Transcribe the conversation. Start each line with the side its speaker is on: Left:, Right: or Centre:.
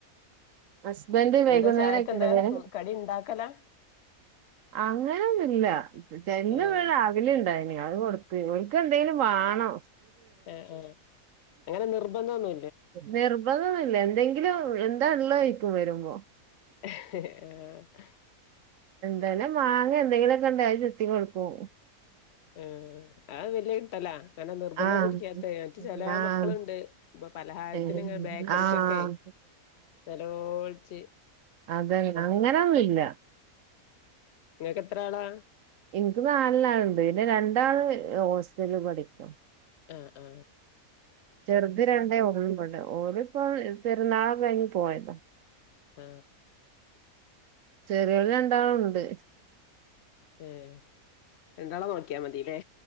Right: ഹസ്ബൻഡ് വൈകുന്നേരം
Left: എന്താ ചായക്കെന്താ
Right: ആയിട്ടുണ്ടേ വരാൻ
Left: കടി ഇണ്ടാക്കലാ
Right: അങ്ങനെയൊന്നില്ല ചെട്ടനിവിടെ
Left: ആഹ്
Right: രാവിലെ ഉണ്ടായ് അത് കൊടുത്ത് ഓന്ക്ക് എന്താണ് നാണം
Left: ഏ ആ അങ്ങനെ നിർബന്തോന്നി
Right: നിർബ ല്ല എന്തെങ്കിലും എന്താ ഉള്ളേ ചോയിക്കും വരുമ്പോ
Left: ആഹ്
Right: പിന്നെ മാങ്ങ എന്തെങ്കിലുമൊക്കെ ഉണ്ടേ അത് ചെത്തി കൊടുക്കൂം.
Left: ആ ആ വലിയ കിട്ടലാ അങ്ങനെ നിർബന്ധം
Right: ആഹ്
Left: പിടിക്കാത്ത മറ്റ ചില
Right: ആഹ്
Left: മക്കളുണ്ട് ഇപ്പൊ പലഹാരത്തിന്
Right: ഏഹ്
Left: ബേക്കറിക്കൊക്കെ
Right: ആഹ്
Left: നല്ലപോ ച്ച്
Right: അതെ അങ്ങനൊന്നില്ല.
Left: നിങ്ങക്ക് എത്ര ആളാ?
Right: എനിക്ക് നാലിലാളുണ്ട് പിന്നെ രണ്ടാള് ഹോസ്റ്റലിൽ പഠിക്കാ.
Left: ആ ആ
Right: ചെറുത് രണ്ടേ ഒള്ളിവിടെ ഓലിപ്പം പെരുന്നാള് കഴി പോയതാ
Left: ആ
Right: ചെറിയോള് രണ്ടാളുണ്ട്
Left: ഏഹ് രണ്ടാളെ നോക്കിയാ മതില്ലേ?